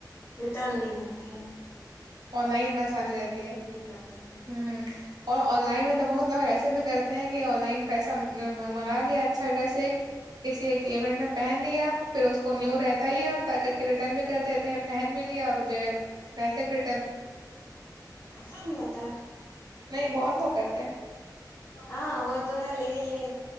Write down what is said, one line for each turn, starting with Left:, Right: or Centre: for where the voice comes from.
Left: ریٹرن نہیں کرتے ت
Right: آن لائن آسانی رہتی ہے
Left: کرتے ہیں
Right: ہ اور آن لائن میں تو بہت لوگ ایسے بھی کرتے ہیں کہ آن لائن پیسہ منگا لیا اچھا ڈریس ایک کسی ایک ایونٹ
Left: ہاں
Right: میں پہن لیا پھر اس کو
Left: ہاں
Right: نیو رہتا ہی اب پیک کر کے ریٹرن بھی کر دیتے ہیں پہن ملی اور مجھے ویسے پھر
Left: ایسا نہیں ہوتا
Right: نہیں بہت لوگ کرتے ہیں
Left: ہاں وہ تو ہے لے گئی ہے